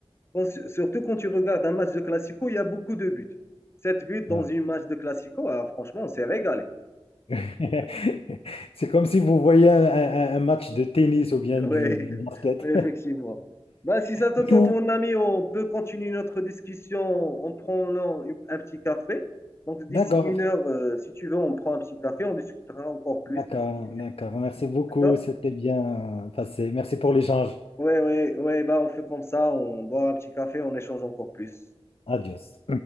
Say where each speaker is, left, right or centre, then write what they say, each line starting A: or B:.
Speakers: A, on the left; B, on the left.
A: quand- surtout quand tu regardes un match de Classico, il y a beaucoup de buts. Sept buts dans
B: voilà.
A: une match de Classico, ah, franchement, on s'est régalé.
B: <laughs> C'est comme si vous voyez un, un- un match de tennis ou bien
A: Oui, <laughs>
B: du, du basket.
A: oui, effectivement. Bah, si ça te
B: Du
A: tente,
B: coup,
A: mon ami, on peut continuer notre discussion en prenant une- un petit café. Donc, d'ici
B: D'accord,
A: une heure, euh, si tu veux, on prend un petit café, on discutera encore plus
B: d'accord,
A: de ce sujet.
B: d'accord. Merci beaucoup.
A: D'accord?
B: C'était bien passé. Merci pour l'échange.
A: Oui, oui, oui, bah, on fait comme ça, on boit un petit café, on échange encore plus.
B: Adios.